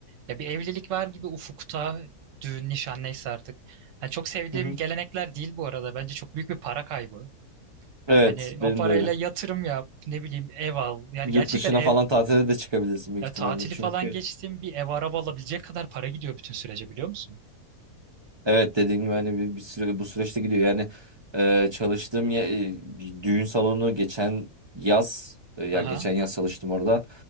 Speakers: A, on the right (about 60°); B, on the right (about 40°).
A: ya bir evlilik var gibi ufukta düğün nişan neyse artık. Yani çok sevdiğim
B: Hı hı.
A: gelenekler değil bu arada. Bence çok büyük bir para kaybı.
B: Evet,
A: Hani
B: benim
A: o parayla
B: de öyle.
A: yatırım yap, ne bileyim ev al. Yani
B: Yurt
A: gerçekten
B: dışına
A: ev
B: falan tatile de çıkabilirsin büyük
A: ya
B: ihtimalle.
A: tatili
B: Çünkü
A: falan geçtim bir ev araba alabilecek kadar para gidiyor bütün sürece biliyor musun?
B: Evet dediğim gibi hani bir, bir süre bu süreçte gidiyor. Yani e, çalıştığım ye- e, bir düğün salonu geçen yaz e, ya
A: Aha.
B: geçen yaz çalıştım orada.